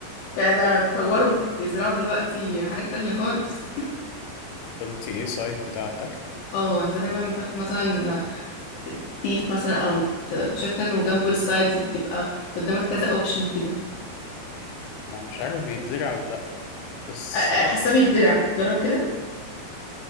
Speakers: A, on the left; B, on the left.
A: بقى ده اتطوروا بيزرعوا دلوقتي حاجات تانية خالص
B: قلتي ايه سايد بتاع الاكل
A: اه انت دايما بتاخد مثلا بيف مثلا او تشيكن وجنبه السايدز بتبقى قدامك كذا اوبشن كده
B: انا مش عارف بيتزرع ولا لا بس
A: أ- أ- حاسة بيتزرع جرب كده